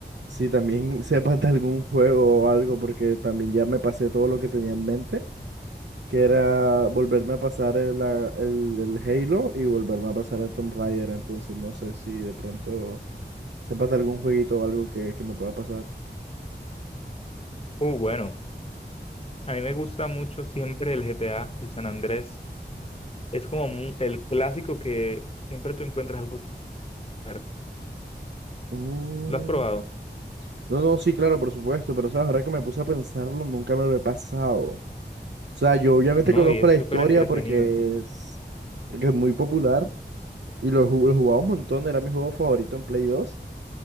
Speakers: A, on the right (about 85°); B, on the left (about 35°).
A: si también sepas de algún juego o algo, porque también ya me pasé todo lo que tenía en mente. que era volverme a pasar el, la- el, el Halo y volverme a pasar el Tomb Raider. Entonces, no sé si de pronto sepas de algún jueguito o algo que, que me pueda pasar.
B: Uh, bueno, a mí me gusta mucho siempre el GTA, el San Andrés. Es como mu- el clásico que siempre tú encuentras algo que hacer.
A: Mm,
B: Lo has probado,
A: No, no, sí, claro, por supuesto, pero sabes, ahora que me puse a pensarlo, nunca me lo he pasado. O sea, yo obviamente
B: ¿no?
A: conozco
B: Y es
A: la
B: súper
A: historia
B: entretenido.
A: porque es, porque es muy popular y lo he, ju- lo he jugado un montón, era mi juego favorito en Play dos